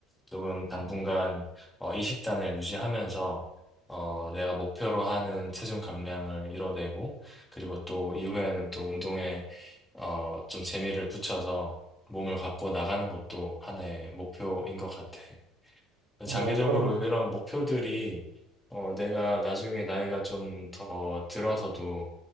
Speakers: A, in the centre; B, on the right (about 85°).
A: 조금 당분간
B: 음.
A: 어, 이 식단을 유지하면서 어, 내가 목표로 하는 체중 감량을 이뤄내고 그리고 또 이후에는 또 운동에 어, 좀 재미를 붙여서 몸을 갖고 나가는 것도 하나의 목표인 것 같아.
B: 어,
A: 장기적으로
B: 그럼,
A: 이런 목표들이 어, 내가 나중에 나이가 좀 더 들어서도